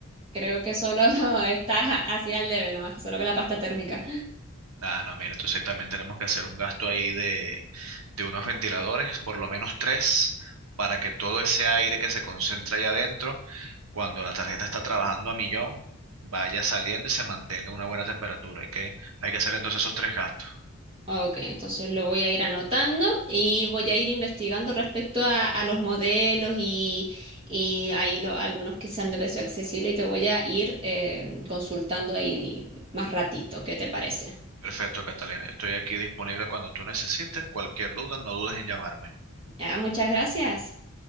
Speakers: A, on the right (about 25°); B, on the right (about 80°).
A: creo que solo <laughs> está así al debe, nomás que solo con la pasta térmica.
B: Ah, no, mira, entonces también tenemos que hacer un gasto ahí de, de unos ventiladores, por lo menos tres, para que todo ese aire que se concentra allá adentro, cuando la tarjeta está trabajando a millón, vaya saliendo y se mantenga una buena temperatura. Hay que, hay que hacer entonces esos tres gastos.
A: Ok, entonces lo voy a ir anotando y voy a ir investigando respecto a, a los modelos y, y ahí lo- algunos que sean de precio accesible y te voy a ir eh, consultando ahí más ratito. ¿Qué te parece?
B: Perfecto, Catalina. Yo estoy aquí disponible cuando tú necesites. Cualquier duda, no dudes en llamarme.
A: Ah, muchas gracias.